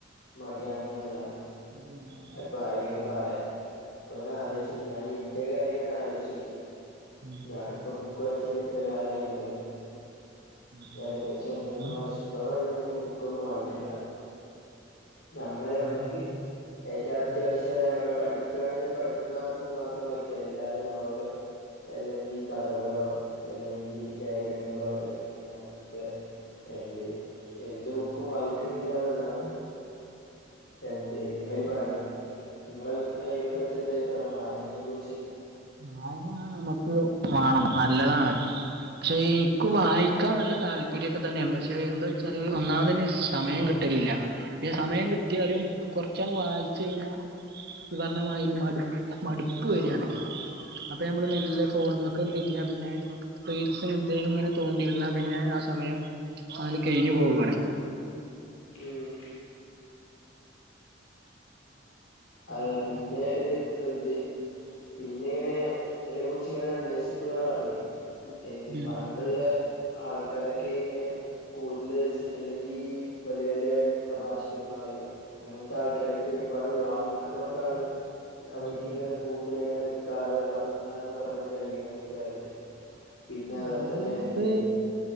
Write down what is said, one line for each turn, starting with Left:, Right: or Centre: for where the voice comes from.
Left: മടിയാണ്ന്ള്ള
Right: <unintelligible>
Left: അത് വായിലിങ്ങനെ പറയ അപ്പങ്ങനെ ആലോച്ചിട്ട്
Right: ഉം,
Left: ഞൻ ഇൻ്റെ കാര്യംങ്ങനെ ആലോയ്ച്ചോക്കി
Right: ഉം.
Left: ഞാനിപ്പോ ബുക്ക് വായിച്ചിട്ടെത്ര കാലായി നിള്ള
Right: ആ,
Left: ഏകദേശം
Right: അപ്പൊ
Left: മൂന്ന് വർഷത്തോളയി ഞാന് ബുക്കൊന്നും വായ്ക്ക്ല്ല ഞമ്മളെ ഞമ്മക്ക്
Right: വായന-
Left: ഏറ്റ അത്യാവശ്യയ
Right: ഉം.
Left: പഠിക്ക പഠിക്കണ ബുക്ക് മാത്രം വായിക്ക എല്ലാതെ നോവലോ എല്ലെങ്കികഥകളോ അല്ലെങ്കി ലേഖനങ്ങളോ എല്ലെങ്കി അങ്ങനത്തെ എന്തെ എന്ത് ബുക്കും വായിക്കണില്ല ന്ന്ള്ളാണ് എന്തെ അയ്ല് പറഞ്ഞൊ ഇങ്ങൾ അയിനെപ്പറ്റി എന്ത അഭിപ്രായം മയനെക്കുറിച്ച്
Right: ഞാന് ആ നമ്മക്ക് വാണം നല്ലതാണ് പക്ഷെ എനിക്ക് വായിക്കാൻ നല്ല താല്പര്യ ഒക്കെ തന്നെയാണ് പക്ഷെ എന്താ വെച്ചാല് ഒന്നാമതന് സമയം കി ട്ടില്ല പിന്നെ സമയം ട്ടിയാലും കൊറച്ചാണ്ട് വായിച്ചഴിഞ്ഞാ നി പറഞ്ഞണമായിരി മടു മടുപ്പ് വരിയാണ് ആപ്പ ഞമ്മള് മെല്ലെ ഫോൺമക്ക് തിരിഞ്ഞ പിന്നെ റിൽസ്സ് എന്തേലും ഇങ്ങനെ തോണ്ടിയിരുന്നാ പിന്നെ ആ സമയം ആണ്കഴിഞ്ഞു പോവാണ്
Left: ഉം അഹ്
Right: ആ
Left: പിന്നെ ഒരു പ്പെന്തെ പിന്നെ ഇങ്ങനെ ഇതിനെ കുറിച്ച് ഇങ്ങനെ അന്വേഷിച്ചപ്പളാർഞ്ഞെ എന്തെ
Right: ഉം
Left: പണ്ടുള്ള ആൾക്കാരൊക്കെ ഇങ്ങനെ കൂടുതൽസ്‌ അല്ലെങ്കി ഈ വല്ല്യ വല്ല്യ പ്രഭാഷകന്മാര് അങ്ങനത്തെ ആൾക്കാരൊക്കെ ഒരുപാട് വായിക്കണ കൊണ്ടാണ് അവർക്ക്
Right: ഉം ഉം
Left: ഇങ്ങനെ കൂടുതല ഇങ്ങനെ ക്കാതെ വർത്താനം പറയാൻ കഴണേന്ക്കരട്ടി പിന്നെ അത് പോൽതന്നെ
Right: വായന
Left: എഴുതി
Right: കൊണ്ട്